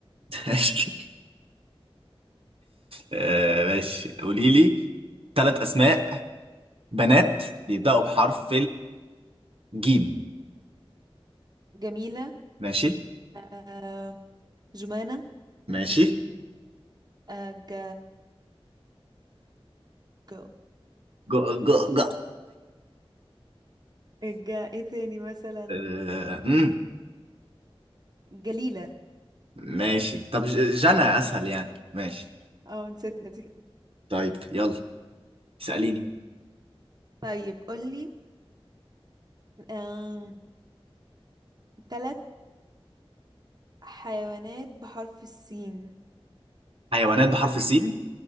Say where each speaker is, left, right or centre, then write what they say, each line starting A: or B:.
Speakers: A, on the right; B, on the right.
A: <laughs> ماشي آه ماشي قولي لي ثلاث أسماء بنات بيبدأوا بحرف الجيم
B: جميلة
A: ماشي
B: آه جمانة
A: ماشي
B: آه ج... ج...
A: جو جو جو
B: <laughs> ج... ايه تاني مثلا
A: آه مم.
B: جليلة
A: ماشي طب ج- جنى أسهل يعني ماشي
B: اه نسيتها دي
A: طيب يلا اسأليني
B: طيب قولي آه... تلات حيوانات بحرف السين
A: حيوانات بحرف السين